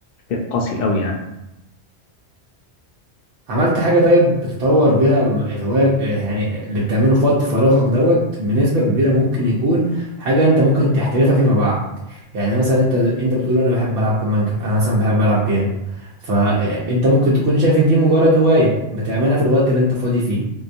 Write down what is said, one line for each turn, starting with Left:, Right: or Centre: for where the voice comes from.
Left: شيء قاسي قوي يعني
Right: عملت حاجة طيب بتطور بيها الهواية يعني اللي بتعمله في وقت فراغك دوت بنسبة كبيرة ممكن يكون حاجة انت ممكن تحترفها فيما بعد يعني مثلا انت انت بتقول انا بحب العب كمانجا انا مثلا بحب العب بيانو فانت ممكن تكون شايف ان دي مجرد هواية بتعملها في الوقت اللي انت فاضي فيه